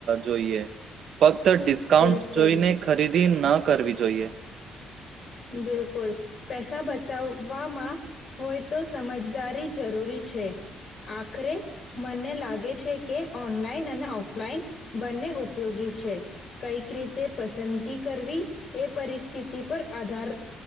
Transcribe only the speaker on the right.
જોઈએ ફક્ત. ડિસ્કાઉન્ટ
જોઈને ખરીદી ન કરવી જોઈએ.